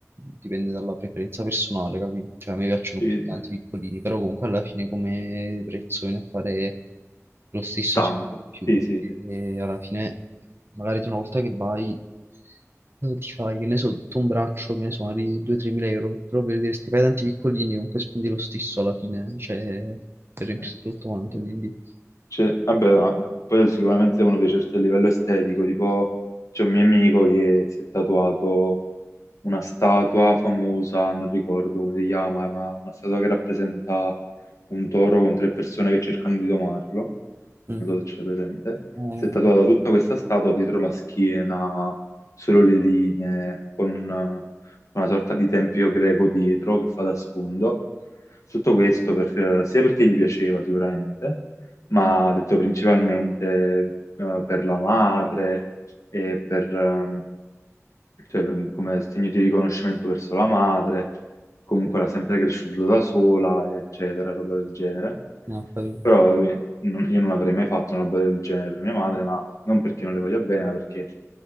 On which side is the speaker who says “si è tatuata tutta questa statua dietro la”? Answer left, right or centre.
Left